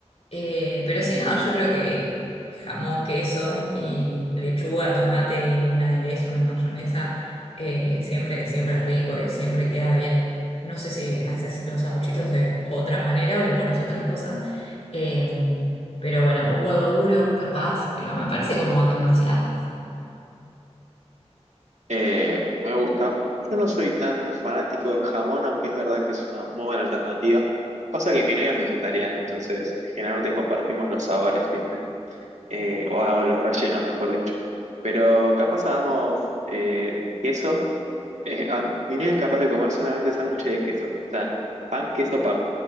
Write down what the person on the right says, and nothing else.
Eh, me gusta. Yo no soy tan fanático del jamón, aunque es verdad que es una muy buena alternativa. Pasa que mi novia es vegetariana, entonces generalmente compartimos los sabores, ¿viste? Eh, o hago los rellenos, mejor dicho. Pero capaz hagamos eh, queso. Eh, a- mi novia es capaz de comer solamente sándwiches de queso. O sea, pan, queso, pan.